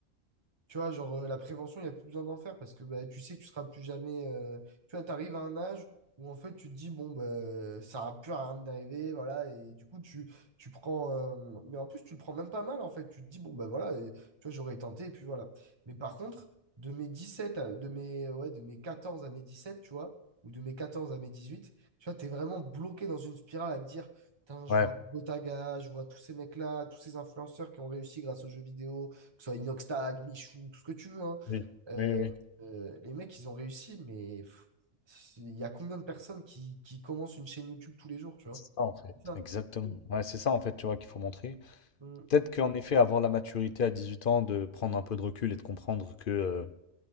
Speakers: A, on the right; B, on the left.
A: tu vois, genre, euh, la prévention, il n'y a plus besoin d'en faire parce que bah, tu sais que tu seras plus jamais. euh, Tu vois, tu arrives à un âge où en fait, tu te dis, bon, bah, ça n'a plus rien d'arriver, voilà. Et du coup, tu, tu prends. euh, Mais en plus, tu le prends même pas mal, en fait. Tu te dis, bon, ben voilà, et, tu vois, j'aurais tenté, et puis voilà. Mais par contre, de mes 17 à- de mes, ouais, de mes 14 à mes dix-sept tu vois, ou de mes 14 à mes dix-huit tu vois, tu es vraiment bloqué dans une spirale à te dire. Putain, je
B: Ouais,
A: vois Botaga, je vois tous ces mecs-là, tous ces influenceurs qui ont réussi grâce aux jeux vidéo, que ce soit Inoxtag, Michou, tout ce que tu veux. hein.
B: oui,
A: Euh,
B: oui, oui.
A: euh, les mecs, ils ont réussi, mais pff, c'est- il y a combien de personnes qui, qui commencent une chaîne YouTube tous les jours, tu vois?
B: C'est ça en fait.
A: C'est Ça.
B: Exactement. Ouais, c'est ça en fait, tu vois, qu'il faut montrer.
A: Mm.
B: Peut-être qu'en effet, avoir la maturité à 18 ans, de prendre un peu de recul et de comprendre que euh,